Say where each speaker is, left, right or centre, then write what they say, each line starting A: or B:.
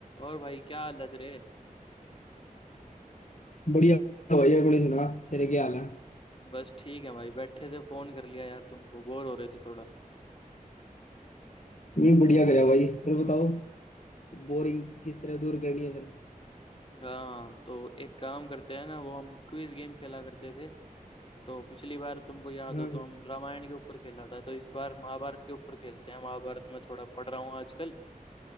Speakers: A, on the left; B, on the left.
A: और भाई क्या हालत रे
B: बढ़िया भाई अपनी सुना तेरे क्या हाल है
A: बस ठीक है भाई बैठे थे फोन कर लिया यार तुमको बोर हो रहे थे थोड़ा
B: मैं बढ़िया करा भाई फिर बताओ बोरिंग किस तरह दूर करनी है फिर
A: हाँ तो एक काम करते हैं ना वो हम क्विज गेम खेला करते थे तो पिछली बार तुमको याद
B: हाँ
A: हो तो
B: हाँ।
A: हम रामायण के ऊपर खेला था तो इस बार महाभारत के ऊपर खेलते हैं महाभारत में थोड़ा पढ़ रहा हूँ आजकल